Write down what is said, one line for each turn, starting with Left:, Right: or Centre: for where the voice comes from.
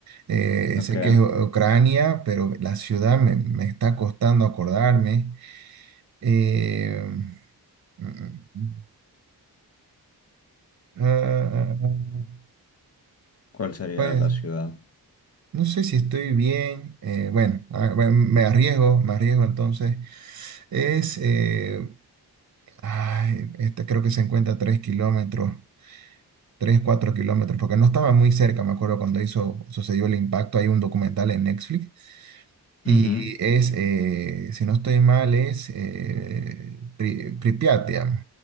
Right: Eh,
Left: Ok,
Right: sé que es U- Ucrania, pero la ciudad me, me está costando acordarme. Eh, mm, mm, mm. Ah, ah, ah, ah.
Left: ¿cuál sería
Right: pues.
Left: la ciudad?
Right: No sé si estoy bien. eh, bueno, ah, bueno, me arriesgo, me arriesgo entonces. Es, eh, ay, este creo que se encuentra a 3 kilómetros, 3 4 kilómetros, porque no estaba muy cerca, me acuerdo cuando hizo, sucedió el impacto. Hay un documental en Netflix. Y
Left: Ujú,
Right: es, eh, si no estoy mal, es eh, Pri- Pripyat, digamos.